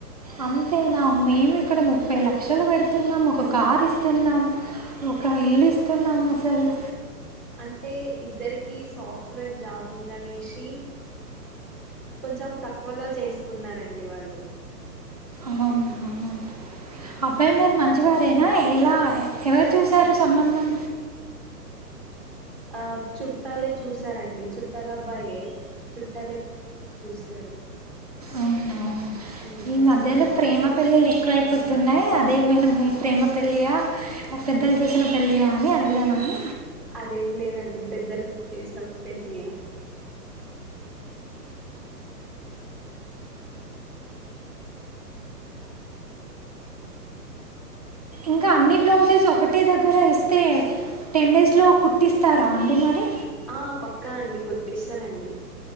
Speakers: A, on the right; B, in the centre.
A: అంతేనా మేము ఇక్కడ ముప్పై లక్షలు పెడుతున్నాము ఒక కార్ ఇస్తున్నాం. ఒక ఇల్లు ఇస్తున్నాం అసలు
B: అంటే ఇద్దరికి సాఫ్ట్వేర్ జాబ్ ఉందనేషి కొంచెం తక్కువలో చేసుకున్నారండి వాళ్ళు
A: అవునా
B: ఆ
A: అబ్బాయి మరి మంచి వారేనా ఎలా ఎవరు చూసారు సంబంధం
B: ఆ చుట్టాలే చూసారండి చుట్టాలబ్బాయే చుట్టాలే చూసారు
A: అవునవును
B: ఉమ్
A: ఈ మధ్యలో ప్రేమ పెళ్లిలు ఎక్కువ ఐపోతున్నాయి అదేమైన మీ ప్రేమ పెళ్లియా పెద్దలు చూసిన పెళ్లియా అని అడుగుదామని
B: అదేం లేదండి పెద్దలు చేసిన పెళ్ళియే
A: ఇంకా అన్ని బ్లౌజెస్ ఒకటే దగ్గర ఇస్తే టెన్ డేస్లో కుట్టిస్తారా అండి మరి
B: ఆ పక్కా అండి కుట్టిస్తారండి.